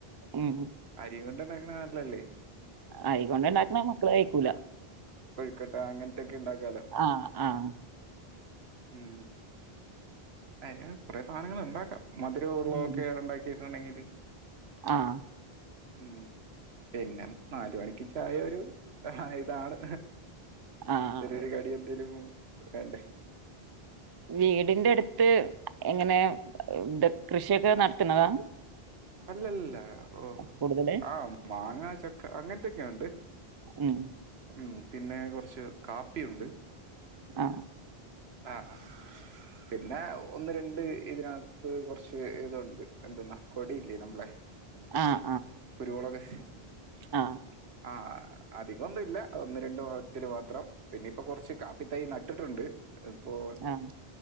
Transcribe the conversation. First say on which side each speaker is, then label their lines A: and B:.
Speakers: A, on the right (about 40°); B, on the right (about 80°).
A: ഉം
B: അരിയും കൊണ്ടിണ്ടാ ക്ക്‌ണതല്ലല്ലെ
A: അരികൊണ്ട്ണ്ടാക്കണ മക്കള് കഴിക്കൂല
B: ക്കട്ട അങ്ങനത്തെ ഒക്കെ ഉണ്ടാക്കാലോ.
A: ആഹ് ആഹ്
B: ഉം അങ്ങനെ കുറേ സാധനങ്ങൾ ഇണ്ടാക്കാം മധുരവുള്ളതൊക്കെ
A: ഉം
B: ഉണ്ടാക്കിട്ടുണ്ടെങ്കില്
A: ആഹ്
B: ഉം പിന്നെ നാല് മണിക്ക് ചായ ഒരു ആഹ് ഇതാണ്
A: ആഹ്
B: ചെറിയൊരു കടി എന്തേലും വേണ്ടേ
A: വീടിന്റെ അടുത്ത് എങ്ങനെ ഇത് കൃഷിയൊക്കെ നടത്ത്ണതാ
B: അല്ലല്ല ഓ
A: കൂടുതല്
B: ആ മാങ്ങ ചക്ക അങ്ങനത്തെക്കെയൊണ്ട്
A: ഉം
B: ഉം പിന്നെ കൊറച്ച് കാപ്പിയുണ്ട്
A: ആ
B: ആഹാ പിന്നെ ഒന്ന് രണ്ട് ഇതിനാത്ത് കൊറച്ച് ഇതൊണ്ട് എന്തെന്നാ കൊടിയില്ലേ നമ്മളെ
A: ആഹ്
B: കുരുവൊളക്
A: ആ
B: ആ അതെ അധികം ഒന്നുല്ല ഒന്ന് രണ്ട് കുടത്തിൽ മാത്രം പിന്നെ ഇപ്പ കൊറച്ച് കാപ്പിത്തൈ നട്ടിട്ടുണ്ട് ഇപ്പോ
A: ആഹ്